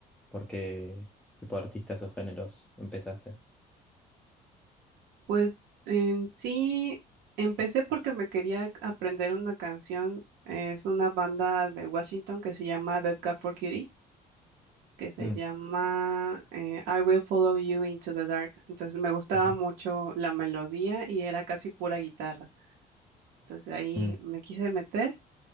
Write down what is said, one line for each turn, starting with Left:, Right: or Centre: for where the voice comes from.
Centre: por qué tipo de artistas o géneros empezaste?
Right: Pues en sí, empecé porque me quería aprender una canción. Es una banda de Washington que se llama Dead Cat for Cutie, que se
Centre: Mm,
Right: llama eh, I Will Follow You Into the Dark. Entonces me gustaba
Centre: <laughs>
Right: mucho la melodía y era casi pura guitarra. Entonces ahí
Centre: mm,
Right: me quise meter